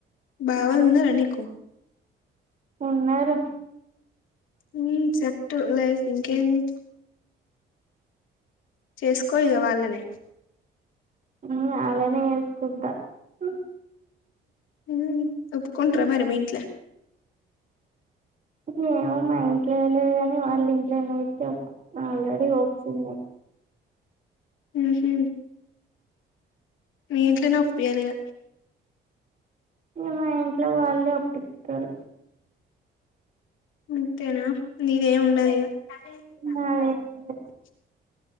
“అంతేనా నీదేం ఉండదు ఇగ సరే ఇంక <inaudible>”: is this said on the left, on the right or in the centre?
Left